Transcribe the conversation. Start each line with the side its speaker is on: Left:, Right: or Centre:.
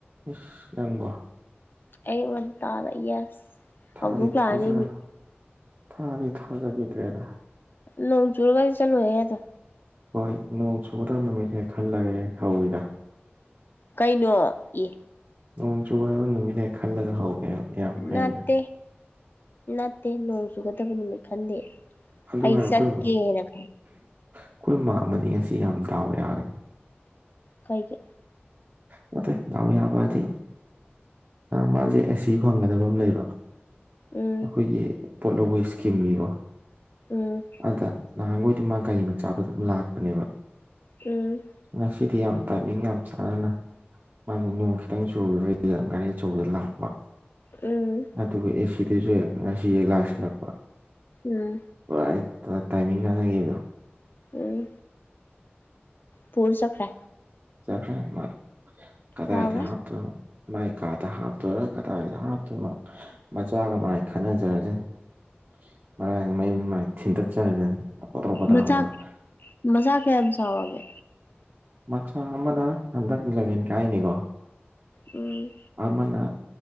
Right: ꯏꯁ ꯅꯪꯕꯣ꯫
Left: ꯑꯌꯨꯛ ꯉꯟꯇꯥꯗ ꯌꯦꯁ꯫
Right: ꯊꯥꯗꯤ
Left: ꯍꯧꯗꯣꯛ ꯂꯥꯛꯑꯅꯤ
Right: ꯊꯥꯖ
Left: ꯃꯤ
Right: ꯊꯥꯗꯤ ꯊꯥꯖꯒꯤꯗ꯭ꯔꯦꯗ꯫
Left: ꯅꯣꯡ ꯆꯨꯔꯒꯒꯥꯗꯤ ꯆꯠꯂꯣꯏꯌꯦ ꯑꯗꯣ꯫
Right: ꯍꯣꯏ ꯅꯣꯡ ꯆꯨꯒꯗꯕ ꯅꯨꯃꯤꯠ ꯍꯦꯛ ꯈꯜꯂꯒ ꯍꯦꯛ ꯍꯧꯏꯗ
Left: ꯀꯩꯅꯣ ꯑꯦ꯫
Right: ꯅꯣꯡ ꯆꯨꯕ ꯅꯨꯃꯤꯠ ꯅꯨꯃꯤꯠꯅ ꯈꯜꯂꯒ ꯍꯧꯋꯦꯕ꯫ ꯌꯥꯝ ꯍꯩꯅ
Left: ꯅꯠꯇꯦ ꯅꯠꯇꯦ ꯅꯣꯡ ꯆꯨꯒꯗꯕ ꯅꯨꯃꯤꯠ ꯈꯟꯗꯦ꯫
Right: ꯑꯗꯨ
Left: ꯑꯩ
Right: ꯍꯥꯏ
Left: ꯆꯠꯀꯦꯅ
Right: ꯑꯈꯣꯏ
Left: ꯈꯟ
Right: ꯑꯈꯣꯏ ꯃꯥ ꯑꯃꯅꯤ ꯉꯁꯤ ꯌꯥꯝ ꯗꯥꯎ ꯌꯥꯒ
Left: ꯀꯩꯒꯤ꯫
Right: ꯅꯠꯇꯦ ꯗꯥꯎ ꯌꯥꯕ ꯍꯥꯏꯗꯤ ꯃꯥꯁꯦ ꯑꯦꯁꯤ ꯐꯪꯒꯗꯕ ꯑꯃ ꯂꯩꯕ꯫
Left: ꯎꯝ
Right: ꯑꯈꯣꯏꯒꯤ ꯄꯣꯠꯂꯣꯕꯩ ꯁ꯭ꯀꯤꯝꯒꯤꯀꯣ꯫
Left: ꯎꯝ꯫
Right: ꯑꯗ ꯅꯍꯥꯟꯈꯣꯏꯗꯤ ꯃꯥ ꯒꯥꯔꯤ ꯃꯆꯥꯗꯣ ꯑꯗꯨꯝ ꯂꯥꯛꯄꯅꯦꯕ꯫
Left: ꯎꯝ꯫
Right: ꯉꯁꯤꯗꯤ ꯌꯥꯝ ꯇꯥꯏꯃꯤꯡ ꯌꯥꯝ ꯆꯥꯅꯅ ꯃꯥꯏꯗꯣ ꯅꯣꯡ ꯈꯤꯇꯪ ꯆꯨꯨꯕꯩꯗꯨꯗ ꯒꯥꯔꯤ ꯑꯆꯧꯕꯗ ꯂꯥꯛꯄ꯫
Left: ꯎꯝ꯫
Right: ꯑꯗꯨꯒ ꯑꯦꯁꯤꯗꯁꯨ ꯉꯁꯤꯁꯦ ꯂꯥꯛꯁꯤꯜꯂꯛꯄ꯫
Left: ꯎꯝ
Right: ꯄꯨꯔꯥ ꯍꯦꯛꯇ ꯇꯥꯏꯃꯤꯡ ꯆꯥꯟꯅꯈꯤꯕꯗꯣ꯫
Left: ꯎꯝ ꯄꯨꯔ ꯆꯠꯈ꯭ꯔꯦ꯫
Right: ꯆꯠꯈꯔꯦ ꯃꯥ ꯀꯗꯥꯏꯗ
Left: ꯌꯥꯎꯔꯣꯏ
Right: ꯍꯥꯞꯇꫭꯏꯅꯣ꯫ ꯃꯥꯏ ꯀꯥꯗ ꯍꯥꯞꯇꯣꯏꯔ ꯀꯗꯥꯏꯗ ꯍꯥꯞꯇꯣꯏꯅꯣ ꯃꯆꯥꯒ ꯃꯥꯏ ꯈꯟꯅꯖꯔꯖꯅꯤ꯫ <inaudible>
Left: ꯃꯆꯥ ꯃꯆꯥ ꯀꯌꯥꯝ ꯆꯥꯎꯔꯒꯦ꯫
Right: ꯃꯆꯥ ꯑꯃꯅ ꯍꯟꯗꯛ ꯏꯂꯚꯦꯟ ꯀꯥꯏꯅꯤꯀꯣ꯫
Left: ꯎꯝ꯫
Right: ꯑꯃꯅ